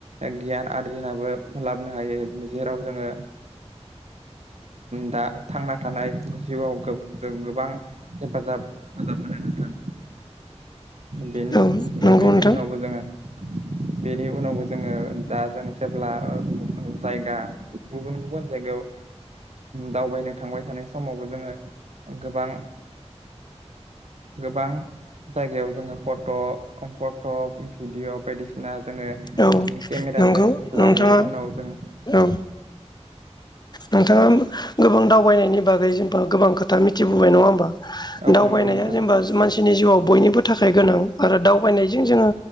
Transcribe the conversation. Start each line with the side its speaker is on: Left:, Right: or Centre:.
Right: गियान आरो <unintelligible> लाबोनो हायो जेराव जोङो दा थांना थानाय जिउआव जों गोबां हेफाजाब हेफाजाब मोनो। नोंथां। बेनि
Left: औ नंगौ
Right: बेनि
Left: नोंथां
Right: उनावबो जोङो बेनि उनावबो जोङो दा जों जेब्ला जायगा गुबुन गुबुन जायगायाव दावबायनो थांबाय थानाय समावबो जोङो गोबां गोबां। जायगायाव जोङो फट' फट' भिडिअ बायदिसिना जोङो
Left: औ
Right: केमेराजों
Left: नंगौ नोंथाङा
Right: लायो उनाव जों
Left: औ नोंथाङा गोबां दावबायनायनि बागै जेनेबा गोबां खोथा मिथिबोबाय नङा होमबा।
Right: औ
Left: दावबायनाया
Right: नंगौ नोंथां
Left: जेनेबा मानसिनि जिउआव बयनिबो थाखाय गोनां आरो दावबायनायजों जोङो